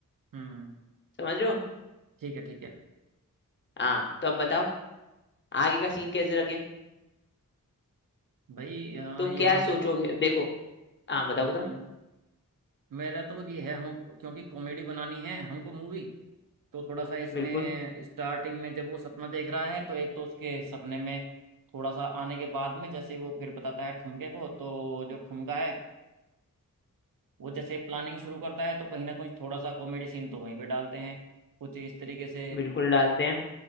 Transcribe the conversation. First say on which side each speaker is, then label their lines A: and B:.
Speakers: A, on the right; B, on the left.
A: हम्म हम्म,
B: समझ लो
A: ठीक है ठीक है
B: हाँ तो अब बताओ आगे का सीन कैसे रखें
A: भाई अ,
B: तुम
A: यहाँ
B: क्या सोचोगे
A: से तो
B: देखो हाँ बताओ बताओ
A: हम्म, मेरा तो ये है हम क्योंकि कॉमेडी बनानी है हमको मूवी तो थोड़ा सा इसमें
B: बिल्कुल
A: स्टार्टिंग में जब वो सपना देख रहा है तो एक तो उसके सपने में थोड़ा सा आने के बाद में जैसे वो फिर बताता है ठुमके को तो जो ठुमका है वो जैसे प्लानिंग शुरू करता है तो कहीं ना कहीं थोड़ा सा कॉमेडी सीन तो वहीं पे डालते हैं कुछ इस तरीके से
B: बिल्कुल डालते हैं